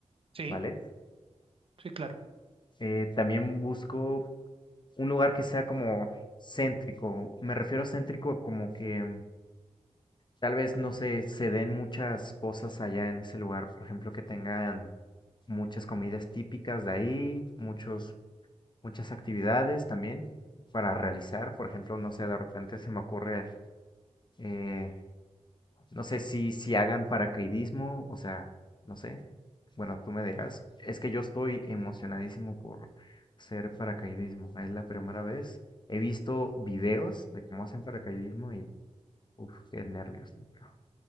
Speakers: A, on the right; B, on the left.
A: Sí,
B: ¿vale?
A: sí, claro.
B: Eh, también busco un lugar que sea como céntrico. Me refiero a céntrico como que mm, tal vez no se, se den muchas cosas allá en ese lugar. Por ejemplo, que tengan muchas comidas típicas de ahí, muchos, muchas actividades también para realizar. Por ejemplo, no sé, de repente se me ocurre eh, No sé si, si hagan paracaidismo, o sea, no sé. Bueno, tú me dirás. Es que yo estoy emocionadísimo por hacer paracaidismo. Es la primera vez. He visto videos de cómo hacen paracaidismo y, uff, qué nervios. ¿no? Pero,